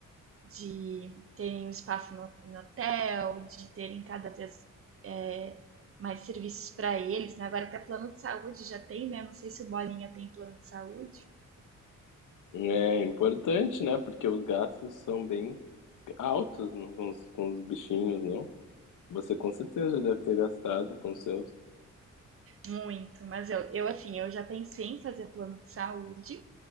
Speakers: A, on the right (about 45°); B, on the left (about 70°).
A: De terem um espaço no, em hotel, de terem cada vez é, mais serviços para eles, né? Agora até plano de saúde já tem, né? Não sei se o Bolinha tem plano de saúde.
B: É importante, né, porque os gastos são bem altos no- com os, com os bichinhos, não? Você com certeza deve ter gastado com seus.
A: Muito, mas eu, eu assim, eu já pensei em fazer plano de saúde,